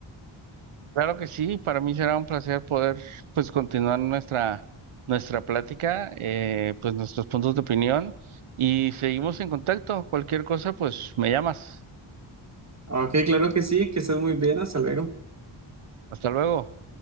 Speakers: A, on the right; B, on the right.
A: Claro que sí, para mí será un placer poder pues continuar nuestra nuestra plática, eh, pues nuestros puntos de opinión y seguimos en contacto. Cualquier cosa, pues me llamas.
B: Ok, claro que sí, que estés muy bien, hasta luego.
A: Hasta luego.